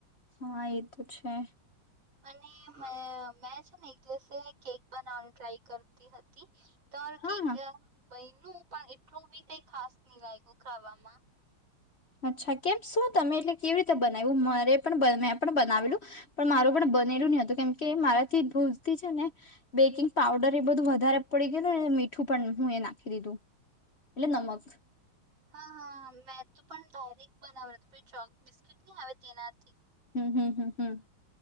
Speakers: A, on the left (about 45°); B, on the right (about 65°).
A: હા એ તો છે.
B: અને મે મેં છે ને જેસે કેક બનાવવાનું ટ્રાય કરતી હતી તો
A: હા
B: કેક બયનું પણ એટલું બી કઈ ખાસ નહી લાગ્યું ખાવામાં
A: અચ્છા કેમ શું તમે એટલે કેવી રીતે બનાવ્યું મારે પણ મેં પણ બનાવેલું પણ મારું પણ બનેલું નહી હતું કેમ કે મારાથી ભૂલતી છે ને બેકિંગ પાવડર એ બધું વધારે પડી ગયું તું ને મીઠું પણ હું એ નાખી દીધું એટલે નમક
B: હા-હા મે તો પણ ડાયરેક્ટ બનાવે તો ચોક બિસ્કીટ નહી આવે તેના
A: હમ્મ-હમ્મ-હમ્મ-હમ્મ.